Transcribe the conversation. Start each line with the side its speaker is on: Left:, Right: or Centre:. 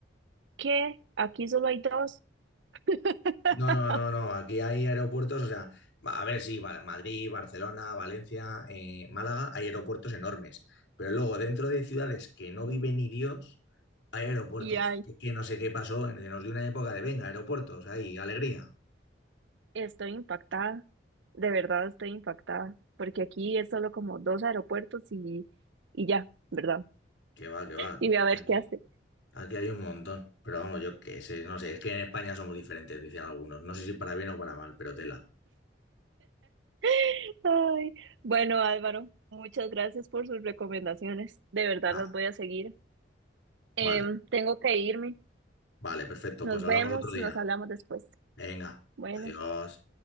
Right: ¿Qué? Aquí solo hay dos. <laughs>
Left: No, no, no, no. Aquí hay aeropuertos, o sea, va- a ver, sí, va- Madrid, Barcelona, Valencia, eh, Málaga, hay aeropuertos enormes. Pero luego, dentro de ciudades que no vive ni Dios, hay aeropuertos.
Right: Y hay,
Left: Que, que no sé qué pasó, en- nos dio una época de, venga, aeropuertos, ahí, alegría.
Right: Estoy impactada. De verdad estoy impactada. Porque aquí es solo como dos aeropuertos y, y ya, ¿verdad?
Left: Que va, que va.
Right: Y voy a ver
Left: Aquí,
Right: qué hace.
Left: aquí hay un montón. Pero vamos, yo qué sé, no sé, es que en España somos diferentes, dicen algunos. No sé si para bien o para mal, pero tela.
Right: <laughs> Ay, bueno, Álvaro, muchas gracias por sus recomendaciones. De verdad
Left: Ah,
Right: las voy a seguir. Em,
Left: vale,
Right: tengo que irme.
Left: vale, perfecto.
Right: Nos
Left: Pues hablamos
Right: vemos,
Left: otro día.
Right: nos hablamos después.
Left: Venga,
Right: Bueno.
Left: adiós.